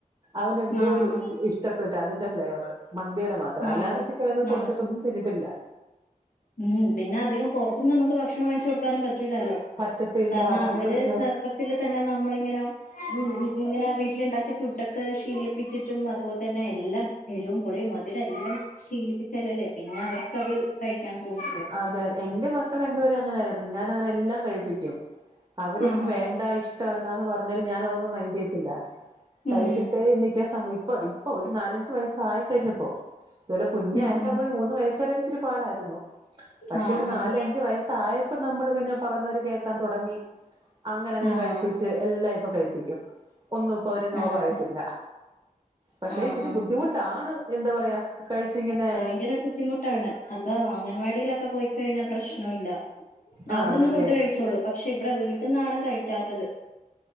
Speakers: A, on the right (about 30°); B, on the left (about 65°).
A: അവനെന്തോ
B: ആഹ്
A: ഒരു
B: ആഹ്
A: ഇഷ്ടപ്പെട്ട് അതിന്റെ ഫ്ലേവറ് മന്തിയുടെ മാത്രം
B: ആഹ്
A: അല്ലാതെ ചിക്കനൊക്കെ കൊടുത്തിട്ടൊന്നും
B: ആഹ്
A: തിന്നിയിട്ടില്ല
B: ഉം പിന്നെ അധികം പുറത്തുനിന്ന് നമുക്ക് ഭക്ഷണം വഴങ്ങിച്ചച്ച് കൊടുക്കാനും പറ്റില്ലാലോ
A: പറ്റത്തില്ല
B: കാരണം
A: അതാണ്
B: അവര്
A: പ്രശ്നം
B: ചെറ റുപ്പത്തിത്തില് തന്നെ നമ്മളി ഇങ്ങനെ ഇങ്ങനെ വീട്ടിലുണ്ടാക്കിയ ഫുഡൊക്കെ ശീലിപ്പിച്ചിട്ടും അതുപോലെ തന്നെ എല്ലാം എരുവും പുളി മധുരെല്ലാം ശീലിപ്പിച്ചാലല്ലേ പിന്നെ അവർക്ക്ത് കഴിക്കാൻ തോന്നി
A: അതെ അതെ എന്റെ മക്കൾ രണ്ടുപേരും അങ്ങനൊയിരുന്നു ഞാൻ അങ്ങനെ എല്ലാം കഴിപ്പിക്കും അവരിപ്പം
B: ആഹാ
A: വേണ്ട ഇഷ് ഇഷ്ടല്ലാന്ന് പറഞ്ഞാല് ഞാന് അതൊന്നും മൈൻഡ് ചെയ്തില്ല
B: ഉം
A: കഴിച്ചിട്ടേ എണിക്കാൻ ഇപ്പൊ അ ഒരു നാലഞ്ചച് വയസ്സായി കഴിഞ്ഞപ്പോ അതു പോലെ കുഞ്ഞായിരുന്ന
B: ഉം ഉം
A: പോല ഒരു മൂന്ന് വയ <unintelligible> ഒരു പാടായിരുന്നു പക്ഷെ
B: ആഹ്
A: ഒരു
B: ആഹ്
A: നാലഞ്ച് വയസ്സായപ്പോ നമ്മള് പിന്നെ പറന്നവര് കേക്കാൻ തുടങ്ങി അങ്ങനെങ്ങ്
B: ആഹ്
A: കഴിപ്പിച്ച് എല്ലാം ഇപ്പൊ കഴിപ്പിക്കും ഒന്നും ഇപ്പൊ അവര് നോ
B: ആഹ്
A: പറയത്തില്ല പക്ഷെ
B: ആഹ്
A: ഇച്ചിരി
B: ആഹ്
A: ബുദ്ധിമുട്ടാണ് എന്താ പറയാ കഴിച്ച് ഇങ്ങനെ
B: ഭയങ്കരം ബുദ്ധിമു ട്ടാണ് അപ്പൊ അംഗൻവാടിയിലൊക്കെ പോയി കഴിഞ്ഞാൽ പ്രശ്നവും ഇല്ല
A: ആ
B: അവിടന്ന്
A: അതല്ലേ
B: ഫുഡ് കഴിച്ചോളൂ പക്ഷെ ഇവിടെ വീട്ടന്നാണ് കഴിക്കാത്തത്